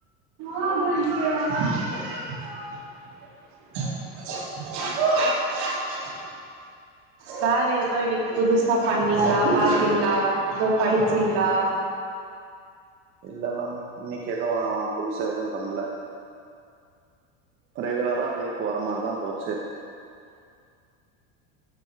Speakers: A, on the right; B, on the right.
A: ஆஹ சொ <unintelligible> <unintelligible> வேற ஏதோ இன்னைக்கு புதுசா பண்ணீங்களா பா்த்தீங்களா ஏதோ படிச்சீங்களா
B: இல்ல மேம் இன்னைக்கு எதுவும் புதுசா எதுும் பண்லா இல்ல ரெகுுலரா டேய் போரா மார் தான் போச்சு